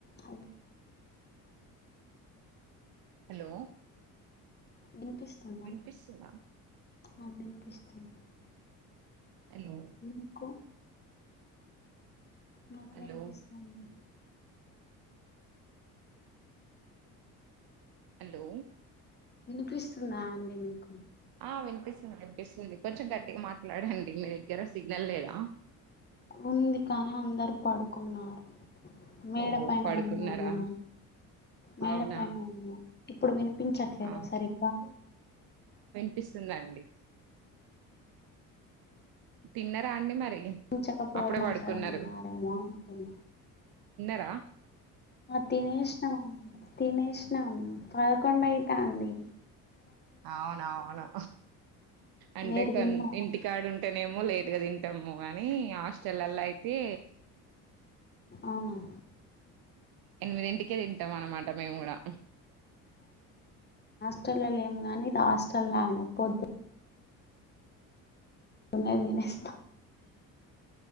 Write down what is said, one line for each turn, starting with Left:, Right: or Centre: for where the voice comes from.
Left: Hello
Right: hello
Left: వినిపిస్తుందా
Right: వినిపిస్తుందా
Left: ఆ వినిపిస్తుంది
Right: హలో
Left: మీకు నాకు
Right: హలో
Left: వినిపిస్తుంది
Right: హలో
Left: వినిపిస్తుందా అండి మీకు
Right: ఆ వినిపిస్తుంది వినిపిస్తుంది కొంచెం గట్టిగా మాట్లాడండి మీ దగ్గర సిగ్నల్ లేదా
Left: ఉంది కానీ అందరు పడుకున్నారు మేడ
Right: ఓ
Left: పైన
Right: పడుకున్నారా
Left: ఉన్నా నేను మేడ
Right: అవునా
Left: పైన ఇప్పుడు వినిపించట్లేద
Right: ఆ
Left: సరిగ్గా
Right: పిస్తుందండి తిన్నార అండి మరి
Left: చకపోవడం
Right: అప్పుడే
Left: మాట్లాడమన్నారేమో
Right: పడుకున్నారు
Left: అమ
Right: రా
Left: తినేసం తినేసం పదకొం అయితా అంది
Right: అవునవును అంటే
Left: మీరు
Right: కొ
Left: తిన్నారా
Right: ఇంటికాడు ఉంటే నేమో లేట్ గా తింటాము కానీ హాస్టల్లా అయితే
Left: అవునా
Right: ఎనిమిదింటికే తింటాం అన్నమాట మేము కూడా
Left: హాస్టలో ఏం కానీ ఇది హాస్టల్ అన పొద్దు న్నానేస్